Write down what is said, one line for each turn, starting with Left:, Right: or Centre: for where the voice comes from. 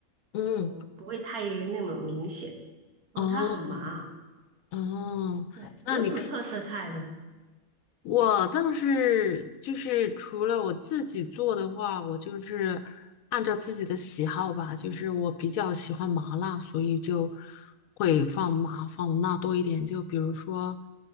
Left: 嗯，
Right: 就不会太那么明显。哦，
Left: 哦
Right: 它很麻，
Left: 哦，
Right: 对，
Left: 那你可以。
Right: 有什么特色菜吗？
Left: 我倒是就是除了我自己做的话，我就是按照自己的喜好吧，就是我比较喜欢麻辣，所以就会放麻放辣多一点。就比如说，